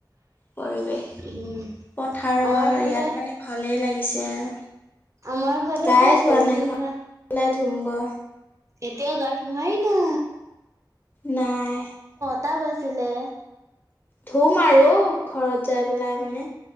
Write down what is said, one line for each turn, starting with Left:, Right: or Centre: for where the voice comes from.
Left: পৰিৱেশ
Right: উম।
Left: পথাৰৰ
Right: আমাৰ ফালে
Left: ইয়াত মানে ভালেই লাগিছে আৰু।
Right: আমাৰ ফালে
Left: গায়ে
Right: পোৰা
Left: ধোৱা
Right: বৰষুণ
Left: নাই ঘৰ
Right: ধৰা
Left: পেলাই ধুমগৈ
Right: এতিয়াও গা ধোৱাই না
Left: নাই।
Right: কেইটা বাজিলে?
Left: ধুম আৰু ঘৰত যাই পেলাই মানে।